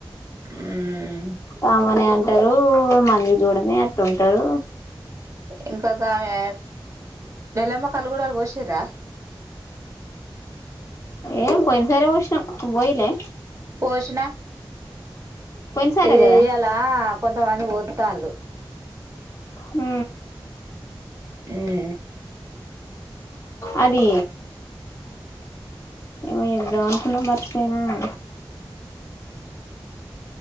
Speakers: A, on the right; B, on the left.
A: ఉమ్మ్
B: కామనే అంటరూ మంది చూడనే అటుంటరు
A: ఇంకొక ఆమె నెలమ్మ కాళ్ళు గుడాలు పోసిన్రా
B: ఏం పోయినసారే వోష్ణం నువ్ బోయలే
A: పోషణ
B: పోయినసారే
A: ఏ
B: కదా
A: ఇయ్యాల కొంత మంది పో తాండ్లు
B: మ్
A: మ్
B: అది ఏమో చెప్ద్దాం అనుకున్నా మర్చిపోయినా